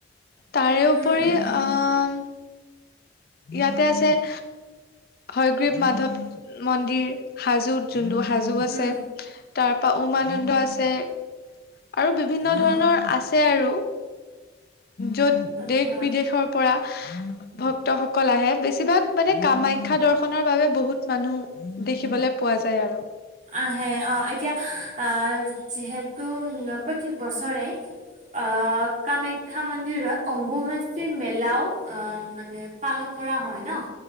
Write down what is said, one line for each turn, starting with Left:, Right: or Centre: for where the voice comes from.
Left: তাৰে উপৰি
Right: উম উম উম
Left: অঁ- ইয়াতে আছে- হয়গ্ৰীব মাধৱ মন্দিৰ হাজোত যোনটো হাজো জো আছে
Right: উম
Left: তাৰপৰা ওমানন্দ আছে আৰু বিভিন্ন
Right: অ অ
Left: ধৰণৰ আছে আৰু য'ত
Right: আচ্ছা
Left: দেশ-বিদেশৰ পৰা ভক্তসকল আহে বেছিভাগ মানে কামাখ্যা দৰ্শনৰ বাবে বহুত মানুহ দেখিবলৈ পোৱা যায় আৰু।
Right: আহ অ এতিয়া আ যিহেতু প্ৰত্যেক বছৰে অ কামাখ্যা মন্দিৰত অম্বুমাচি মেলাও অ মানে পালন কৰা হয় ন।